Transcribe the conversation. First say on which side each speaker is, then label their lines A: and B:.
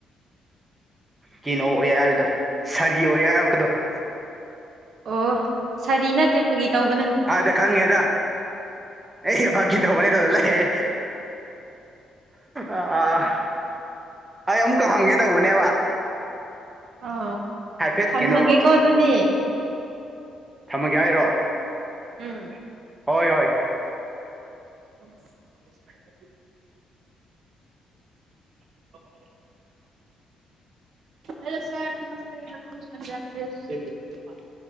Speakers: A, on the right (about 15°); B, on the right (about 60°).
A: ꯀꯩꯅꯣ ꯑꯣꯏ ꯍꯥꯏꯕꯗꯣ ꯁꯥꯔꯤ ꯑꯣꯏꯌꯦ ꯍꯥꯏꯔꯛꯄꯗꯣ
B: ꯑꯣ ꯁꯥꯔꯤ ꯅꯠꯇꯦ ꯐꯥꯒꯤ ꯇꯧꯕꯅꯦ
A: ꯑꯥꯗ ꯈꯪꯉꯦꯗ ꯑꯩꯁꯦ ꯐꯥꯒꯤ ꯇꯧꯕꯅꯦ ꯇꯗꯅ ꯂꯩ ꯑ ꯑꯥ ꯑꯩ ꯑꯃꯨꯛꯀ ꯍꯪꯒꯦ ꯇꯧꯕꯅꯦꯕ
B: ꯑꯥ
A: ꯍꯥꯏꯐꯦꯠ
B: ꯊꯝꯃꯒꯦꯀꯣ
A: ꯀꯩꯅꯣ
B: ꯑꯗꯨꯗꯤ
A: ꯊꯝꯃꯒꯦ ꯍꯥꯏꯔꯣ
B: ꯎꯝ
A: ꯍꯣꯏ ꯍꯣꯏ
B: <inaudible> <inaudible> ꯍꯂꯣ ꯁꯥꯔ ꯅꯃꯁꯇꯦ <unintelligible>